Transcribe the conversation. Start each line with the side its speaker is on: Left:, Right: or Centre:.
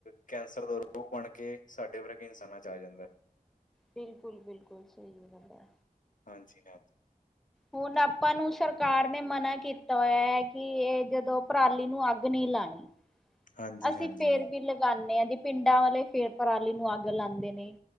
Left: ਕੈਂਸਰ ਦਾ ਓ ਬਨ ਕੇ ਸਾਡੇ ਵਰਗੇ ਇਨਸਾਨਾਂ ਚ ਆ ਜਾਂਦਾ।
Centre: ਬਿਲਕੁਲ-ਬਿਲਕੁਲ ਸਈ ਗੱਲ ਐ।
Left: ਹਾਂਜੀ-ਹਾਂਜੀ।
Centre: ਹੁਨ ਆਪਾਂ ਨੂੰ ਸਰਕਾਰ ਨੇ ਮਨਾ ਕੀਤਾ ਹੋਏਆ ਕੇ ਏ ਜਦੋਂ ਪਰਾਲੀ ਨੂੰ ਅੱਗ ਨੀ ਲਾਨੀ।
Left: ਹਾਂਜੀ,
Centre: ਅਸੀਂ
Left: ਹਾਂਜੀ,
Centre: ਫੇਰ ਵੀ ਲਗਾਨੇ ਆਂ ਜੀ ਪਿੰਡਾਂ ਵਾਲੇ ਫੇਰ ਪਰਾਲੀ ਨੂੰ ਅੱਗ ਲਾਂਦੇ ਨੇ।